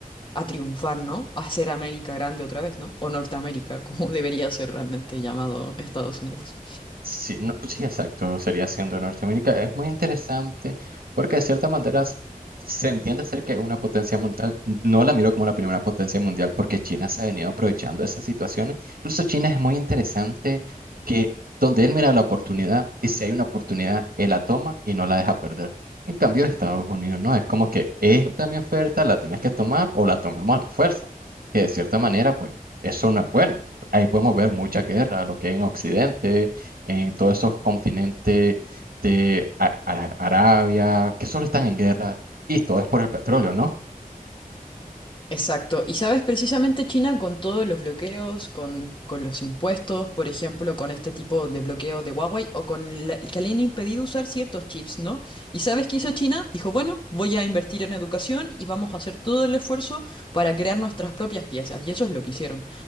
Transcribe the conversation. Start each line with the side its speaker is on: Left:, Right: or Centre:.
Left: a triunfar, ¿no? A ser América grande otra vez, ¿no? O Norteamérica, como <laughs> debería ser realmente llamado Estados Unidos.
Right: Sí, no, pues sí, exacto, sería siendo Norteamérica. Es muy interesante porque de cierta manera s- se entiende ser que una potencia mundial, no la miro como la primera potencia mundial porque China se ha venido aprovechando de esas situaciones. Incluso China es muy interesante que donde él mira la oportunidad y si hay una oportunidad, él la toma y no la deja perder. En cambio, Estados Unidos no, es como que esta mi oferta, la tenés que tomar o la tomamos a la fuerza, que de cierta manera, pues, eso no es bueno. Ahí podemos ver mucha guerra, lo que hay en Occidente en todos estos continentes de A- Ara- Arabia, que solo están en guerra, y todo es por el petróleo, ¿no?
Left: Exacto, y sabes, precisamente China con todos los bloqueos, con, con los impuestos, por ejemplo, con este tipo de bloqueo de Huawei o con la- que le han impedido usar ciertos chips, ¿no? ¿Y sabes qué hizo China? Dijo, bueno, voy a invertir en educación y vamos a hacer todo el esfuerzo para crear nuestras propias piezas. Y eso es lo que hicieron.